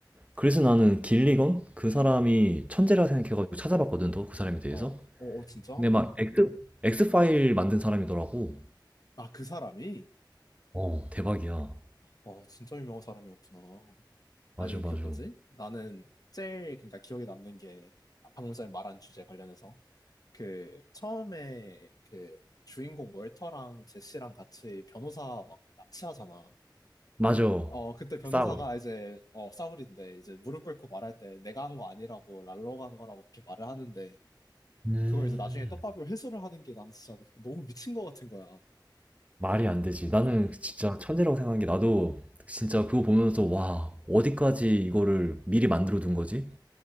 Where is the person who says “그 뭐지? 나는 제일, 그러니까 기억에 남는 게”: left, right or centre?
Left